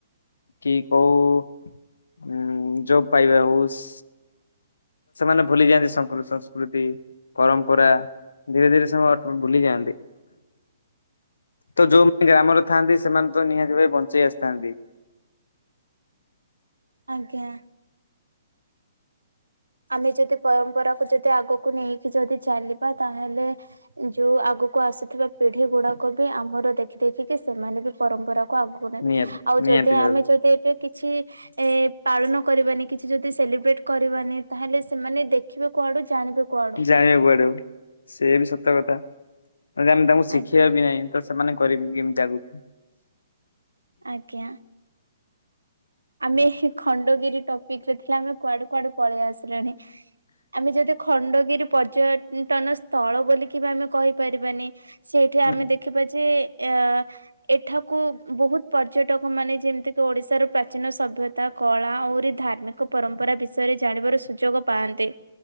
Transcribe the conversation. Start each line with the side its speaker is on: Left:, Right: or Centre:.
Left: କି କଉ ଉଁ ଜବ୍ ପାଇବା ହଉ ସ୍ ସେମାନେ ଭୁଲି ଯାଆନ୍ତି ସଂକୃ ସଂସ୍କୃତି ପରମ୍ପରା। ଧୀରେ ଧୀରେ ସେମ ଟ୍ ଭୁଲି ଯାଆନ୍ତି। ତ ଯୋଉ ଗ୍ରାମ ରେ ଥାଆନ୍ତି ସେମାନେ ତ ନିହାତି ଭବେ ବଞ୍ଚେଇ ଆସ୍ଥାନ୍ତି।
Right: ଆଜ୍ଞା। ଆମେ ଚଦି ପରମ୍ପରାକୁ ଯଦି ଆଗକୁ ନେଇକି ଯଦି ଚାଲିବା ତାହେଲେ ଯୋଉ ଆଗକୁ ଆସିଥିବା ପିଢ଼ି ଗୁଡ଼ାକ ବି ଆମର ଦେଖି ଦେଇଖିକି ସେମାନେ ବି ପରମ୍ପରା କୁ ଆଗୁକୁ ନେବେ
Left: ନିହାତି
Right: ଆଉ
Left: ନିହାତି
Right: ଯଦି
Left: ଭାବେ
Right: ଆମେ ଯଦି ଏବେ କିଚ୍ ଛି ଏ ପାଳନ କରିବାନି କିଛି ଯଦି ସେଲିବ୍ରେଟ୍ କରିବାନି ତାହେଲେ ସେମାନେ ଦେଖିବେ କୁଆଡ଼ୁ ଜାଣିବେ କୁଆଡ଼ୁ।
Left: ଜାଣିବେ କୁଆଡ଼ୁ ସିଏ ବି ସତ କଥା ଜଦି ଆମେ ତାଙ୍କୁ ଶିଖେବା
Right: ଆଜ୍ଞା
Left: ବି ନାଇଁ ତ ସେମାନେ କରିବେ କେମିତି ଆଗକୁ।
Right: ଆଜ୍ଞା। ଆମେ ହି ଖଣ୍ଡଗିରି ଟପିକ୍ ରେ ଥିଲା ଆମେ କୁଆଡ଼ୁ କୁଆଡ଼ୁ ପଳେଇ ଆସିଲେଣି ଆମେ ଯଦି ଖଣ୍ଡଗିରି ପର୍ଯ୍ୟୟଟନ ସ୍ଥଳ ବୋଲିକିବି ଆମେ କହିପାରିବାନି। ସେଇଠି
Left: ଆଜ୍ଞା
Right: ଆମେ ଦେଖିବା ଯେ ଏଆ ଏଠାକୁ ବହୁତ୍ ପର୍ଯ୍ୟଟକ ମାନେ ଯେମିତିକି ଓଡ଼ିଶାରୁ ପ୍ରାଚୀନ ସଭ୍ୟତା କଳା ଅଉରି ଧାର୍ମିକ ପରମ୍ପରା ବି ଷୟରେ ଜାଣିବାରୁ ସୁଯୋଗ ପାଆନ୍ତେ